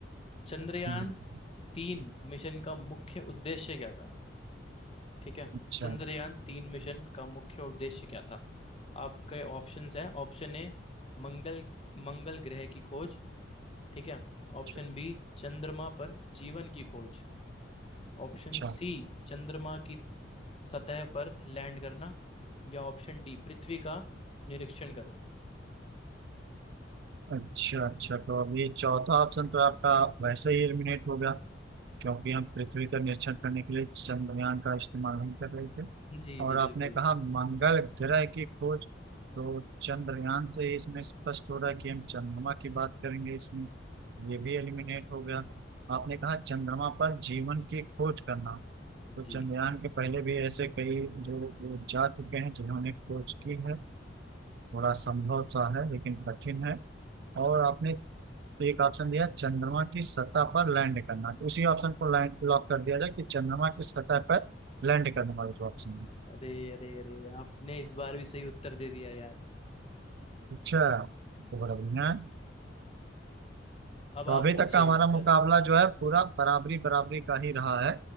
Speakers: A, on the left; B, on the right.
A: चंद्रयान
B: हम्म,
A: तीन मिशन का मुख्य उद्देश्य क्या था ठीक है
B: अच्छा
A: चंद्रयान तीन मिशन का मुख्य उद्देश्य क्या था आपके ऑप्शंस हैं ऑप्शन ए मंगल मंगल ग्रह की खोज ठीक है
B: अच्छा
A: ऑप्शन बी चंद्रमा पर जीवन की खोज ऑप्शन
B: अच्छा
A: सी चंद्रमा की सतह पर लैंड करना या ऑप्शन डी पृथ्वी का निरीक्षण करना
B: अच्छा अच्छा तो अब ये चौथा ऑप्शन तो आपका वैसे ही एलिमिनेट हो गया क्योंकि हम पृथ्वी का निरीक्षण करने के लिए चंद्रयान का इस्तेमाल नहीं कर रहे थे
A: जी जी
B: और आपने
A: बिल्कुल
B: कहा मंगल ग्रह की खोज तो चंद्रयान से ही इसमें स्पष्ट हो रहा है कि हम चंद्रमा की बात करेंगे इसमें ये भी एलिमिनेट हो गया आपने कहा चंद्रमा पर जीवन की खोज करना तो
A: जी
B: चंद्रयान के पहले भी ऐसे कई जो लोग जा चुके हैं जिन्होंने खोज की है थोड़ा संभव सा है लेकिन कठिन है और आपने तो एक ऑप्शन दिया चंद्रमा की सतह पर लैंड करना तो उसी ऑप्शन को लैंड लॉक कर दिया जाए कि चंद्रमा की सतह पर लैंड करने वाला जो ऑप्शन है
A: अरे अरे अरे आपने इस बार भी सही उत्तर दे दिया यार
B: अच्छा तो बड़ा बढ़िया है
A: अब
B: तो
A: आप
B: अभी
A: पूछिए
B: तक का हमारा
A: मुझसे
B: मुकाबला जो है पूरा बराबरी बराबरी का ही रहा है